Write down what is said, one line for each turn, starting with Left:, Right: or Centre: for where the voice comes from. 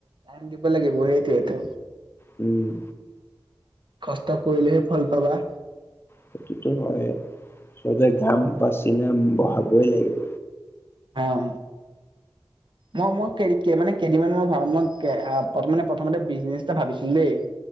Right: টাইম দিব লাগিব, সেইটোৱেটো।
Left: উম',।
Right: কষ্ট কৰিলেহে, ফল পাবা।
Left: সেইটোটো হয়ে, ঘাম পচিনা বঢ়াবই লাগিব।
Right: অহ। মই, মই মানে, কেইদিনমানৰ পৰা মই প্ৰথমতে বিজনেচ এটা ভাবিছিলোঁ, দেই